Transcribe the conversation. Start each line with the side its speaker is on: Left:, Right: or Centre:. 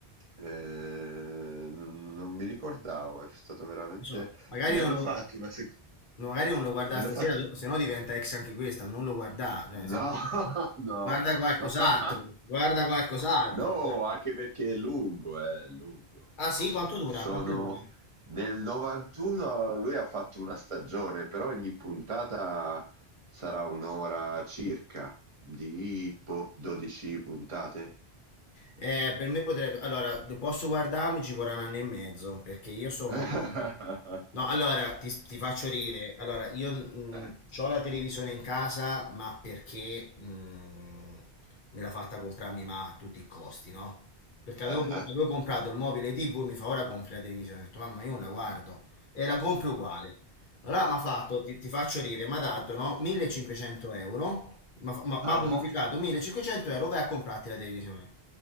Right: Eh, non non mi ricordavo, è stato veramente...
Left: Insomma, magari
Right: Ne
Left: non
Right: hanno
Left: lo,
Right: fatto una seconda...
Left: no, magari non lo guarda
Right: Ne
Left: stasera,
Right: hanno fatto...
Left: tu- se no diventa ex anche questa, non lo guarda, cioè, se-
Right: No, <laughs> no,
Left: guarda
Right: no,
Left: qualcos'altro,
Right: no. <laughs>
Left: guarda qualcos'altro.
Right: No, anche perché è lungo, eh, è lungo.
Left: Ah sì, quanto dura?
Right: Sono...
Left: Quanto è lungo?
Right: Nel 91 lui ha fatto una stagione, però ogni puntata sarà un'ora circa, di boh, 12 puntate.
Left: Eh, per me potrebbe... Allora, posso guardarmi, ci vorrà un anno e mezzo, perché io sono...
Right: <laughs>
Left: No, allora, ti, ti faccio ridere. Allora, io ho
Right: Eh,
Left: la televisione in casa, ma perché mh, me l'ha fatta comprarmi ma a tutti i costi, no? Perché avevo,
Right: ah ah,
Left: avevo comprato il mobile TV, mi fa ora compri la televisione. Ho detto, mamma, io non la guardo. E la compro uguale. Allora, mi ha fatto, ti, ti faccio ridere, mi ha dato, no? 1500 euro, mi ha fa- mi ha-
Right: ah.
Left: mi ha bonificato 1500 euro, vai a comprarti la televisione.